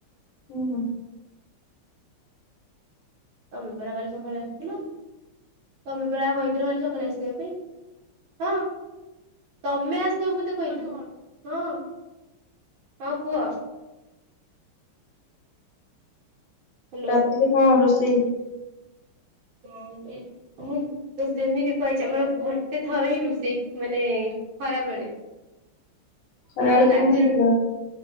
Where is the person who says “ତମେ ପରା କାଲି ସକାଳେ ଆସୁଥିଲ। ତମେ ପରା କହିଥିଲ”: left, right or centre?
Right